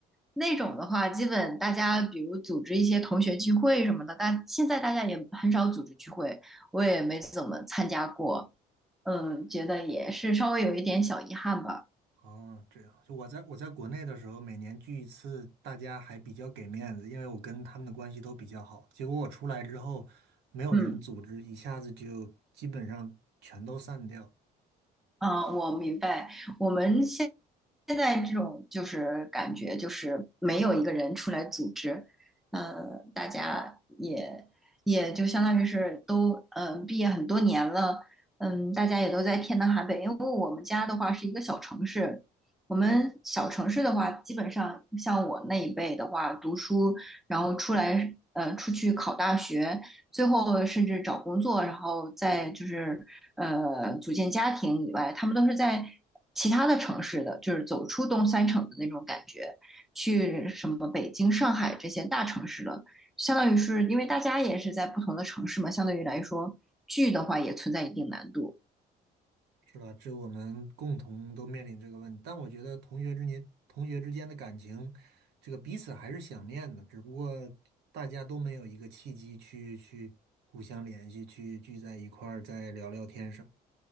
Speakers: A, in the centre; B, on the right (about 90°).
A: 那种的话，基本大家比如组织一些同学聚会什么的，但现在大家也很少组织聚会，我也没怎么参加过，嗯，觉得也是稍微有一点小遗憾吧，
B: 哦，这样，就我在我在国内的时候，每年聚一次，大家还比较给面子，因为我跟他们的关系都比较好。结果我出来之后，没有人组织，
A: 嗯。
B: 一下子就基本上全都散掉，
A: 啊，我明白。我们现现在这种就是感觉，就是没有一个人出来组织，嗯，大家也也就相当于是都嗯、呃毕业很多年了，嗯，大家也都在天南海北。因为我们家的话是一个小城市，我们小城市的话，基本上像我那一辈的话，读书然后出来呃出去考大学，最后甚至找工作，然后再就是。呃组建家庭以外，他们都是在其他的城市的，就是走出东三省的那种感觉，去什么北京、上海这些大城市了。相当于是因为大家也是在不同的城市嘛，相对于来说聚的话也存在一定难度。
B: 是吧？这我们共同都面临这个问题。但我觉得同学之间同学之间的感情，这个彼此还是想念的，只不过大家都没有一个契机去去互相联系，去聚在一块儿再聊聊天什么。